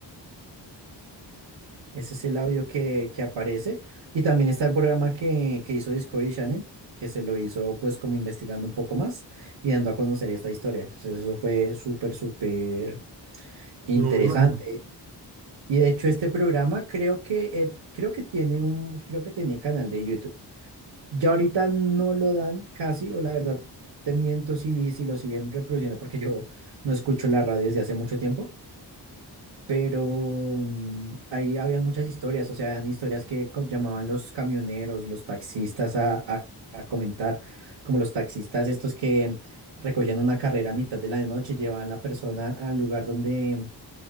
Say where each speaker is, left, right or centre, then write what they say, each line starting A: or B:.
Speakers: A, on the right; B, on the right.
A: Ese es el audio que, que aparece. Y también está el programa que, que hizo Discovery Channel, que se lo hizo pues como investigando un poco más y dando a conocer esta historia. Entonces eso fue súper, súper interesante.
B: No me imagino.
A: Y de hecho este programa creo que, eh, creo que tiene un, creo que tiene canal de YouTube. Ya ahorita no lo dan casi, o la verdad te miento si, si lo siguen reproduciendo porque yo no escucho la radio desde hace mucho tiempo pero mm, ahí habían muchas historias, o sea, habían historias que co- llamaban los camioneros, los taxistas a, a- a comentar, como los taxistas estos que recogían una carrera a mitad de la noche, llevaban la persona al lugar donde